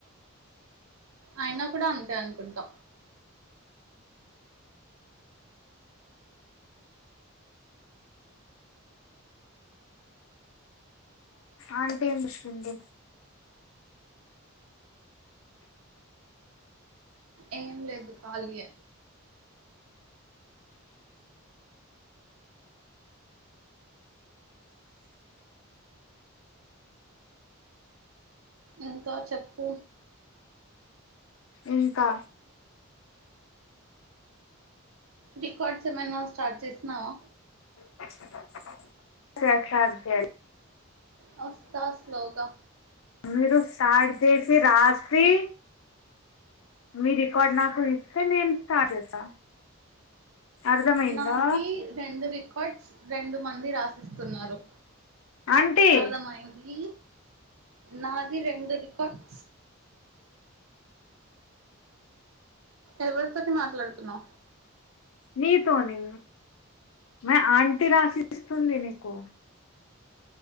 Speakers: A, on the right; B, on the left.
A: అయినా కూడా అంతే అనుకుంటా
B: ఆంటంటేం చెస్టుంధి
A: ఏం లేదు ఖళీయ ఇంకా చెప్పు
B: ఇంకా
A: వి కొంచం అయిన స్టార్ట్ చేసినవా
B: స స సధా
A: వస్తు స్లోగా
B: మీరు స్టార్ట్ చేసి రాసి మీ రికార్డ్ నాకు ఇస్తే నేను స్టార్ట్ చేస్తా అర్థమైందా
A: నాది రెండూ రికార్డ్స్ రెండు మంది రాసిస్తున్నారు
B: ఆంటీ
A: అర్ధం అయింది నాది రెండు రికార్ట్ ఎవడుతటి మాట్లాడుతున్నో
B: నీతో నీ మ ఆంటి రాసిస్తుంది నీకు